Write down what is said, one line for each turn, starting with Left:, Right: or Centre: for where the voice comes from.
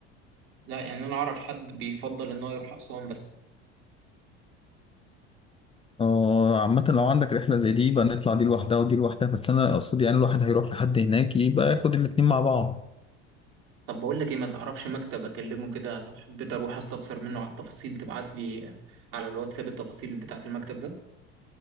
Right: لا يعني انا اعرف حد بيفضل ان هو يروح اسوان بس
Left: آه، عامة لو عندك رحلة زي دي يبقى نطلع دي لوحدها ودي لوحدها بس أنا أقصد يعني الواحد هيروح لحد هناك يبقى ياخد الاتنين مع بعض
Right: طب بقول لك ايه ما تعرفش مكتب اكلمه كده لو حبيت اروح استفسر منه على التفاصيل تبعت لي على الواتساب التفاصيل بتاعه المكتب ده